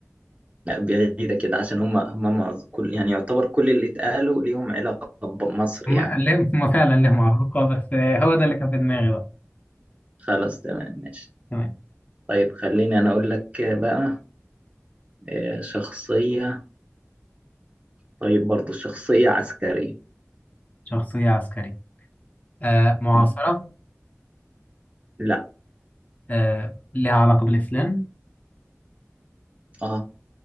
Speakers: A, on the right; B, on the left.
A: لا بعيدة كده عشان هم هم مع- كل يعني يعتبر كل اللي اتقالوا ليهم علاقة بمصر
B: هما
A: يعني
B: <laughs> ليهم- هما فعلا لهم علاقة بس آه، هو ده اللي كان في دماغي بقى
A: خلاص تمام ماشي
B: تمام
A: طيب خليني أنا أقول لك بقى آه، شخصية طيب برضو شخصية عسكرية
B: شخصية عسكرية آه معاصرة
A: م. لا
B: آه ليها علاقة بالإسلام
A: اه